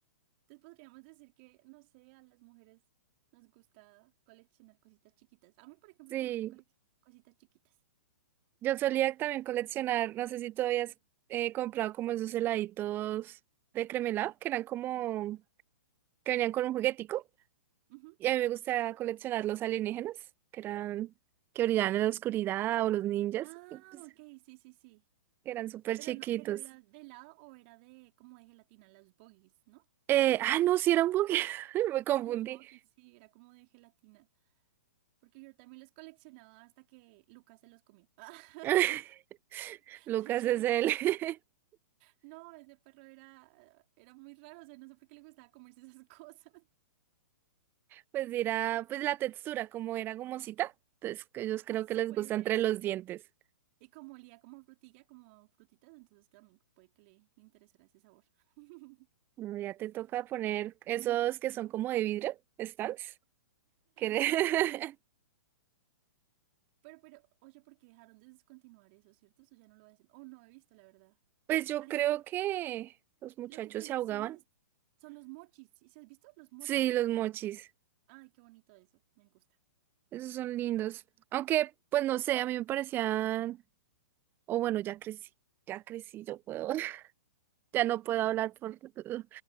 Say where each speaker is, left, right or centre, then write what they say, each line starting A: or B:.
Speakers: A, on the right; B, on the right.
A: podríamos decir que, no sé, a las mujeres nos gusta coleccionar cositas chiquitas. A mí, por ejemplo,
B: Sí,
A: me gusta coleccionar cositas chiquitas.
B: yo solía también coleccionar, no sé si todavía has eh, comprado como esos heladitos de cremelado, que eran como, que venían con
A: Sí.
B: un juguetico.
A: Ujú.
B: Y a mí me gusta coleccionar los alienígenas, que eran, que brillaban en la oscuridad, o los ninjas,
A: Ah,
B: y, pues,
A: ok, sí, sí, sí.
B: que eran súper
A: Pero
B: chiquitos.
A: no, pero era de helado o era de como de gelatina, las bogies, ¿no?
B: Eh, ah, no, sí eran Pokémon, <laughs> me confundí.
A: Los bogies, sí, era como de gelatina. Porque yo también los coleccionaba hasta que Lucas se los comió. <laughs>
B: <laughs> Lucas
A: Entonces ya,
B: es
A: dije,
B: él. <laughs>
A: no, ese perro era, era muy raro, o sea, no sé por qué le gustaba comerse esas cosas.
B: Pues dirá, pues la textura, como era gomosita, entonces que ellos
A: <laughs>
B: creo que les
A: Puede
B: gusta
A: ser,
B: entre
A: sí.
B: los dientes.
A: Y como olía como frutilla, como frutitas, entonces también puede que le, le interesara ese sabor. <laughs>
B: Bueno, Ya te toca poner esos que son como de vidrio, stands. que de-
A: Sí. Pero, pero, oye, porque dejaron de descontinuar eso, ¿cierto? Eso ya no lo hacen. Oh, no he visto, la verdad.
B: <laughs> Pues yo
A: Ahorita,
B: creo que los muchachos
A: Lo que coleccionas
B: se ahogaban.
A: son los mochis. ¿Sí has visto los mochis?
B: Sí, los mochis.
A: Ay, qué bonito eso. Me gusta.
B: Esos son lindos. Aunque, pues no sé, a mí me parecían, o bueno, ya crecí, ya crecí, yo puedo, <laughs> ya no puedo hablar por <laughs> eh,